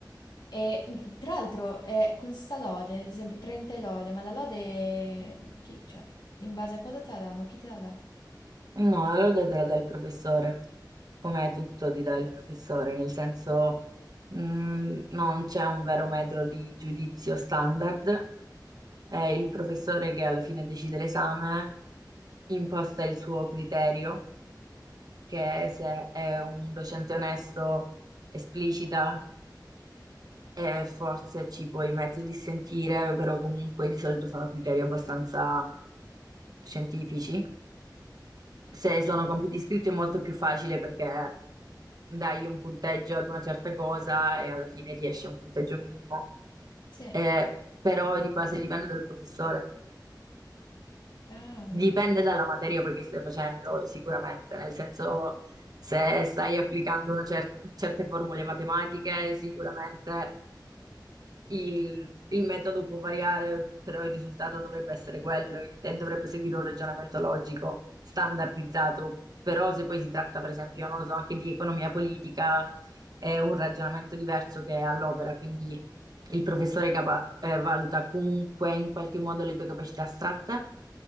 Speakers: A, on the left; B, on the right.
A: E mm, tra l'altro eh, con sta lode, ad esempio 30 è lode, ma la lode, chi- cioè, in base a cosa te la danno? Chi te la dà?
B: No, allora te la dà il professore, come tutto ti dà il professore, nel senso mm, non c'è un vero metro di giudizio standard, è il professore che alla fine decide l'esame, imposta il suo criterio, che se è un docente onesto, esplicita. E forse ci puoi mezzo dissentire, però comunque di solito sono criteri abbastanza scientifici. Se sono compiti scritti è molto più facile perché dai un punteggio ad una certa cosa e alla fine ti esce un punteggio minimo.
A: Sì.
B: Eh, però di base dipende dal professore,
A: Ah.
B: dipende dalla materia poi che stai facendo, sicuramente, nel senso se stai applicando una cer- certe formule matematiche, sicuramente il, il metodo può variare, però il risultato dovrebbe essere quello e dovrebbe seguire un ragionamento logico, standardizzato. Però se poi si tratta, per esempio, non lo so, anche di economia politica, è un ragionamento diverso che è all'opera, quindi il professore capa- eh, valuta comunque in qualche modo le tue capacità astratte.